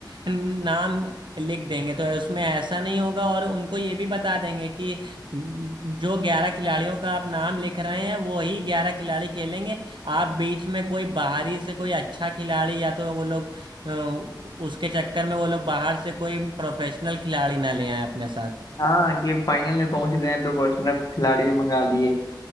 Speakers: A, on the right; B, on the left.
A: नाम लिख देंगे तो उसमें ऐसा नहीं होगा और उनको ये भी बता देंगे कि जो ग्यारह खिलाड़ियों का आप नाम लिख रहे हैं वो ही ग्यारह खिलाड़ी खेलेंगे आप बीच में कोई बाहरी से कोई अच्छा खिलाड़ी या तो वो लोग अ, उसके चक्कर में वो लोग बाहर से कोई प्रोफेशनल खिलाड़ी ना ले आए अपने साथ
B: हाँ कि फाइनल में पहुंच गए हैं तो प्रोफेशनल खिलाड़ी मंगा लिए